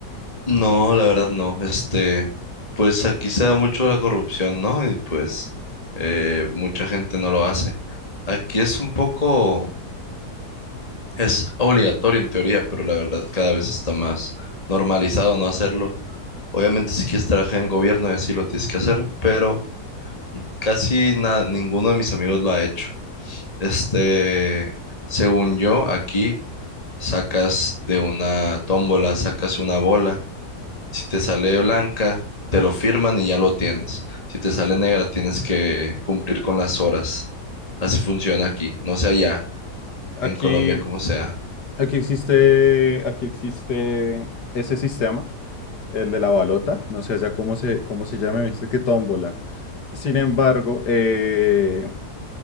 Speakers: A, on the left; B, on the left.
A: No, la verdad no. Este, pues aquí se da mucho la corrupción, ¿no? Y pues eh, mucha gente no lo hace. Aquí es un poco, es obligatorio en teoría, pero la verdad cada vez está más normalizado no hacerlo. Obviamente si quieres trabajar en gobierno y así lo tienes que hacer, pero casi na- ninguno de mis amigos lo ha hecho. Este, según yo, aquí sacas de una tómbola, sacas una bola Si te sale blanca, te lo firman y ya lo tienes. Si te sale negra, tienes que cumplir con las horas. Así funciona aquí. No sé allá,
B: Aquí,
A: en Colombia, como sea.
B: aquí existe, aquí existe ese sistema, el de la balota. No sé allá cómo se, cómo se llama, me dijiste que tómbola. Sin embargo, eh,